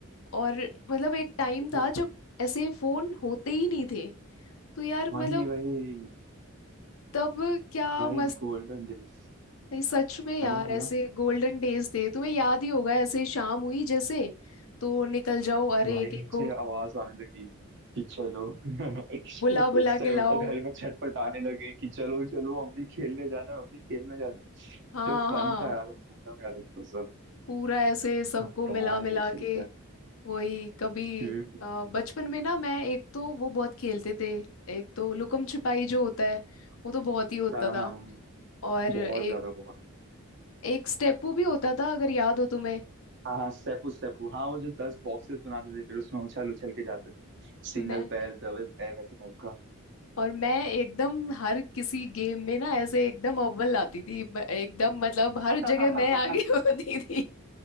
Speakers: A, on the left; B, on the right.
A: और मतलब एक टाइम था
B: हाँ,
A: जब ऐसे फोन होते ही नहीं थे तो यार
B: वही
A: मतलब
B: वही
A: तब क्या
B: भाई
A: मस्त
B: गोल्डन डेज
A: नहीं, सच में यार
B: है ना है
A: ऐसे
B: ना
A: गोल्डन डेज थे तुम्हें याद ही होगा ऐसे शाम हुई जैसे तो निकल जाओ अरे
B: भाई
A: एक
B: नीचे
A: एक को
B: आवाज आने लगी कि चलो <laughs>
A: बुला बुला
B: उस टाइम
A: के लाओ
B: घर में छटपट आने लगे कि चलो चलो हम भी खेलने जाना है, हम भी खेलने जाना है।
A: हाँ
B: जो फन
A: हाँ
B: था यार वो खत्म यार अब तो सब
A: पूरा ऐसे सबको
B: अब कहाँ
A: मिला मिला
B: ही बच चलता
A: के
B: है
A: वही कभी
B: हम्म हम्म,
A: अ,
B: हम्म।
A: बचपन में ना मैं एक तो वो बहुत खेलते थे एक तो लुकम छिपाई जो होता है वो तो बहुत ही होता
B: हाँ
A: था
B: हाँ हाँ।
A: और
B: बहुत
A: एक
B: ज्यादा बहुत
A: एक स्टेपू भी होता था अगर याद हो तुम्हें
B: हाँ हाँ स्टेपू स्टेपू हाँ वो जो दस बॉक्सेस बनाते थे फिर उसमें उछल उछल के जाते थे सिंगल
A: मैं
B: पैर डबल पैर वैसे टाइप का
A: और मैं एकदम हर किसी गेम में ना ऐसे एकदम अव्वल आती थी म- एकदम मतलब हर
B: <laughs>
A: जगह मैं आगे <laughs> होती थी